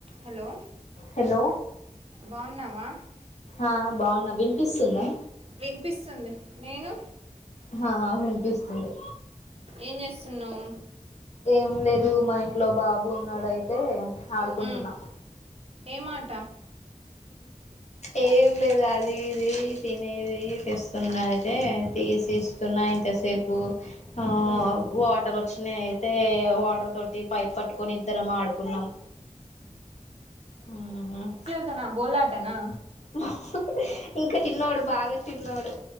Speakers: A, on the right; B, on the left.
A: Hello
B: hello
A: బాన్నావా
B: ఆ బాన్నా వినిపిస్తుందా
A: వినిపిస్తుంది నేను
B: హా వినిపిస్తుంది
A: ఏం చేస్తున్నావ్
B: ఏం లేదు మా ఇంట్లో బాబు ఉన్నాడు అయితే ఆడుకుంటున్నా
A: ఉమ్ ఏమాట
B: ఏం లేదు అది ఇది తినేది తెస్తున్నా అయితే తీసేసి స్తున్నా ఇంతసేపు ఆ
A: ఉమ్
B: వాటర్ వచ్చినయి తే వాటర్ తోటి పైప్ పట్టుకుని ఇద్దరం ఆడుకున్నాం. మ్మ్
A: తనా బోలాటలా
B: ఇహ్ హి హి ఇంక చిన్నోడు బాగా చిన్నోడు